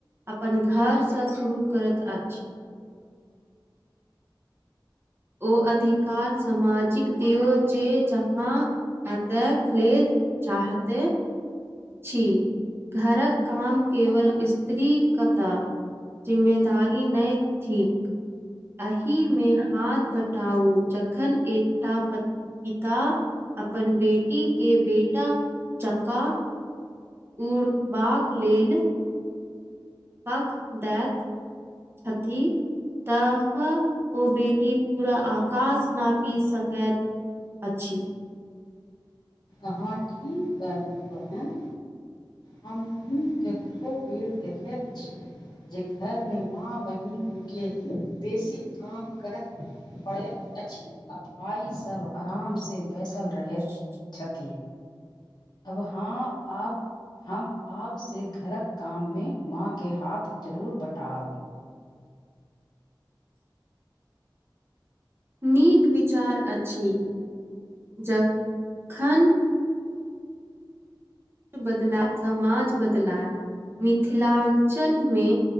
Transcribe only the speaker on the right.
अपन घर से शुरू करत अछि ओ अधिकार सामाजिक दऔ जे जहाँ एतक लेल चाहते छी घरक काम केवल स्त्री करत जिम्मेदारी नहि थिक अहि मे हाथ बटाउ जखन एकटा पिता अपन बेटी के बेटा जका उड़बाक लेल पख दैत हथी तह ओ बेटी पूरा आकाश नापी सकैत अच्छ
<unintelligible>
नीक विचार अछि जखन बदला समाज बदलाय मिथिलाञ्चलमे